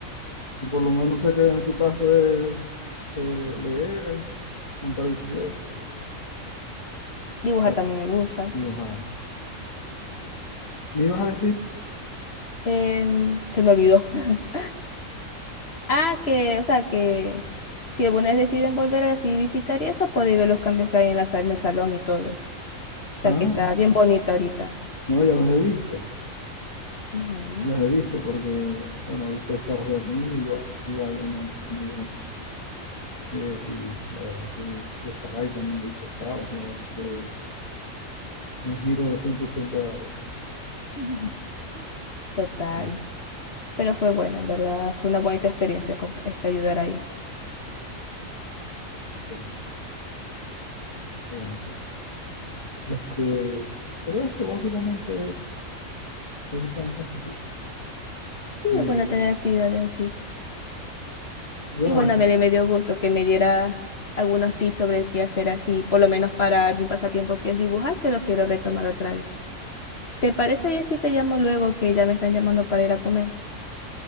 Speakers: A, on the left; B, on the left.
A: Y por lo menos sé que en tu caso es eh, leer, montar bicicleta.
B: Dibujar
A: Ah,
B: también me gusta.
A: y ojalá. Me ibas a decir,
B: En- se me olvidó. <laughs> Ah, que, o sea, que si alguna vez deciden volver así visitar y eso, podéis ver los cambios que hay en la sala, en el salón y todo. O sea,
A: ah,
B: que está bien bonito ahorita.
A: no, ya los he visto.
B: Ujú.
A: Los he visto porque, bueno, he visto estados de Milva y de algunos amigos. ahí. eh, y la verdad que de Saray también he visto estados. La verdad que un giro de 180 grados.
B: <laughs> Total.
A: y,
B: Pero fue bueno, en verdad. Fue una bonita experiencia con este ayudar ahí.
A: eh, bueno, este, pero eso, básicamente, me gustan esas cositas.
B: Sí,
A: Eh,
B: es bueno tener actividades así.
A: y bueno,
B: Y bueno,
A: aquí,
B: me, me dio gusto que me diera algunos tips sobre qué hacer así, por lo menos para mi pasatiempo que es dibujar, que lo quiero retomar otra vez. ¿Te parece bien si te llamo luego que ya me están llamando para ir a comer?